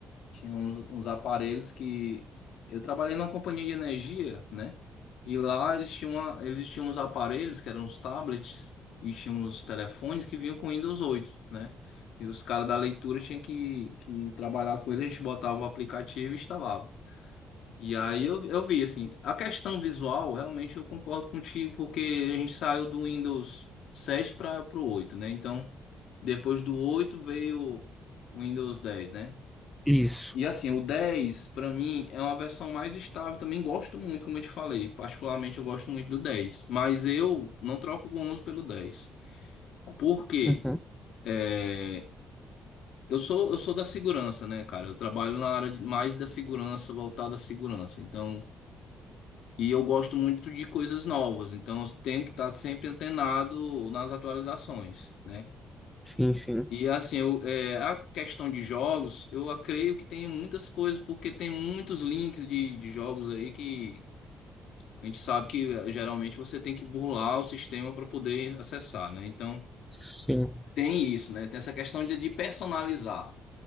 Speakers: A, on the left; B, in the centre.
A: Tinha uns, uns aparelhos que eu trabalhei numa companhia de energia, né? E lá eles tinham, uma- eles tinham uns aparelhos que eram os tablets e tinham os telefones que vinham com Windows 8, né? E os caras da leitura tinham que, que trabalhar com ele, a gente botava o aplicativo e instalava. E aí eu, eu vi, assim, a questão visual, realmente eu concordo contigo, porque a gente saiu do Windows 7 para o oito né? Então, depois do 8 veio o Windows 10, né?
B: Isso.
A: E assim, o 10, para mim, é uma versão mais estável, também gosto muito, como eu te falei, particularmente eu gosto muito do 10, mas eu não troco o 11 pelo 10. Por quê?
B: Uhum.
A: É, Eu sou, eu sou da segurança, né, cara? Eu trabalho na área de- mais da segurança, voltada à segurança. Então, E eu gosto muito de coisas novas, então eu tenho que estar sempre antenado nas atualizações, né?
B: Sim, sim.
A: E assim, eu, é, a questão de jogos, eu a- creio que tem muitas coisas, porque tem muitos links de, de jogos aí que a gente sabe que eh, geralmente você tem que burlar o sistema para poder acessar, né? Então
B: Sim.
A: tem isso, né? Tem essa questão de, de personalizar.